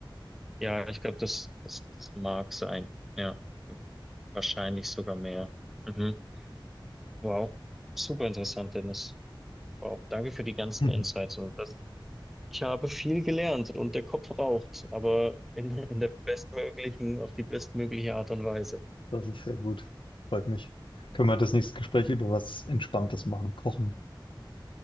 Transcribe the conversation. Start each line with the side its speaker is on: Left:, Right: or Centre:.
Centre: ja, ich glaube, das, das, das mag sein. Ja, wahrscheinlich sogar mehr. Mhm. Wow, super interessant, Dennis. Wow, danke für die ganzen
Left: <laughs>
Centre: Insights. Also das, ich habe viel gelernt und der Kopf raucht, aber in, in der bestmöglichen, auf die bestmögliche Art und Weise.
Left: Das ist sehr gut. Freut mich. Können wir das nächste Gespräch über was Entspanntes machen? Kochen.